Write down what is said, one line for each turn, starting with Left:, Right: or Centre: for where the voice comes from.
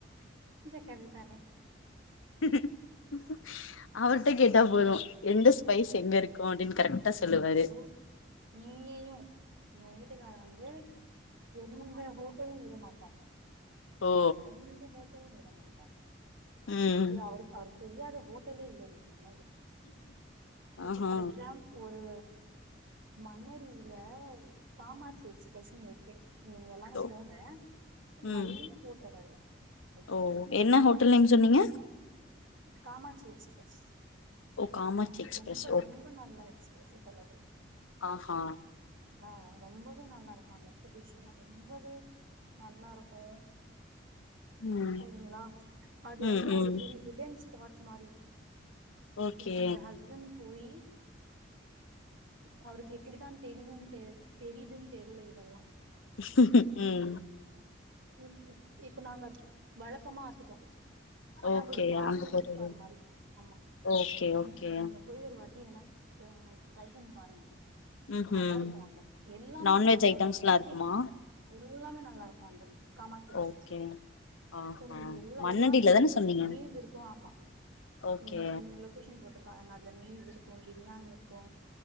Right: செஞ்சு தாரே
Left: <inaudible> அவர்ட்ட
Right: ம்
Left: கேட்டா போது எந்த ஸ்பைஸ் எங்க இருக்கு அப்டின்னு கரெக்டா சொல்லுவாரு
Right: தோ இங்கேயு எங்க வீட்டுக்கார வந்து எந்த தேயு விடமாட்டாரு
Left: ஓ
Right: எந்த ஹோட்டலு விட மாட்டாரு
Left: ம்
Right: இல்ல அவருக் அவருக்கு தெரியாத ஹோட்டல்லே இல்லைங்க இப்ப
Left: ஆஹா
Right: ஃபார் எக்ஸாம்ப் ஒரு மன்னடியில காமாட்சி எக்ஸ்பிரஸ்ஸுன்னு இருக்கு நீங்க எல்லாரு
Left: ஓ
Right: போங்க நல்ல
Left: ம்
Right: ஹோட்டல் அது அமா
Left: ஓ என்ன ஹோட்டல் நேம் சொன்னீங்க
Right: காமாட்சி எக்ஸ்பிரஸ்
Left: ஓ காமாட்சி எக்ஸ்பிரஸ்
Right: ரொம்ப ரொம்ப நல்லா எக்ஸ்பிரஸ் ஹோட்டல் அது
Left: ஆஹ்ஹா
Right: அங்க ரொம்பவே நல்லா இருக்கு அங்க இருக்க டிஷ் எல்லா ரொம்பவே நல்லா இருக்கு
Left: ம்
Right: சேரிங்களா அது
Left: ம்
Right: வந்து
Left: ம்
Right: ஒரு பெரிய ஹிட்டன் ஸ்பாட் மாரி
Left: ஓகே
Right: என்னோட ஹஸ்பண்ட் போயி அவருக்கு எப்டித்தா தெரியுன்ட்டு தெரியுதுன்னு தெரில இதெல்லா
Left: <inaudible> உம்
Right: இம் இப் இப்ப நாங்க வழக்கமா ஆக்கிட்டோ ஆனா
Left: ஓகே
Right: அது ஃபேமிலி
Left: அங்க போறது
Right: ரெஸ்டார் மாரி ஆமா
Left: ஓகே ஓகே
Right: நீ நீங்க போயு ஒரு வாட்டி என்னா என்ன ட்ரை பண்ணி பாருங்க
Left: ம்
Right: நல்லா
Left: ம்
Right: இருக்கு அங்க எல்லாமே
Left: நான்வெஜ்
Right: ஈச்
Left: ஐட்டம்ஸ்லா
Right: அண்ட் எவ்ரி
Left: இருக்குமா
Right: திங் எல்லாமே இல்லாம நல்லா இருக்கு அந்த காமாட்சி எக்ஸ்பிரஸ்ல
Left: ஓகே ஆஹா
Right: நீங்க எல்லா
Left: மண்ணடில
Right: எல்லாமே இருக்கு
Left: தான சொன்னீங்க
Right: மீல்ஸ் இருக்கு ஆமா
Left: ஓகே
Right: நீங் நீங்க லொக்கேஷன் போட்டு பாருங்க அதுல மீஸ் இருக்கு பிரியாணி இருக்கு